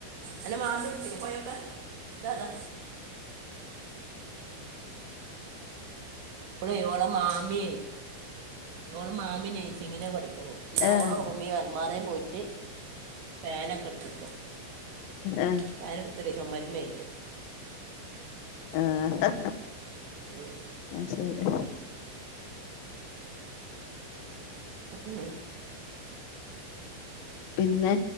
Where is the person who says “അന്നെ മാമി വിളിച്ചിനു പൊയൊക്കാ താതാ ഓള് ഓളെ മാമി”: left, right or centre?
Right